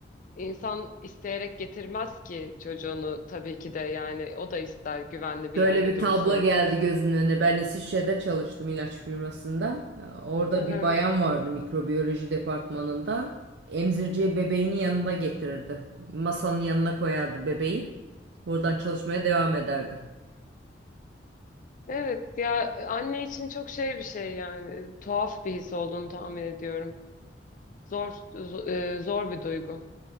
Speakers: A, on the left; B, on the right.
A: insan isteyerek getirmez ki çocuğunu tabii ki de yani o da ister güvenli bir
B: Şöyle
A: yerde
B: bir
A: dursun
B: tablo geldi gözümün önüne. Ben İsviçre'de çalıştım ilaç firmasında. Ee, Orada
A: Hı hı.
B: bir bayan vardı mikrobiyoloji departmanında. Emzirciye bebeğini yanında getirirdi. Masanın yanına koyardı bebeği. Oradan çalışmaya devam ederdi.
A: Evet ya anne için çok şey bir şey yani tuhaf bir his olduğunu tahmin ediyorum. Zor zo- e, zor bir duygu.